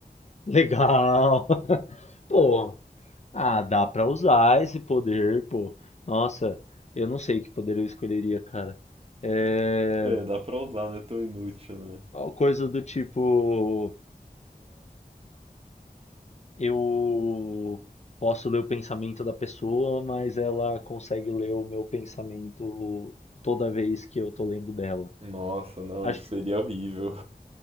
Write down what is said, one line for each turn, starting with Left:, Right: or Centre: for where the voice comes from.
Left: Legal. <laughs> Pô, ah, dá pra usar esse poder, pô. Nossa, eu não sei que poder eu escolheria, cara. É...
Right: É, dá pra usar, não é tão inútil, né?
Left: Coisa do tipo, eu posso ler o pensamento da pessoa, mas ela consegue ler o meu pensamento toda vez que eu tô lendo dela.
Right: Nossa, não,
Left: Acho
Right: isso
Left: que
Right: seria horrível.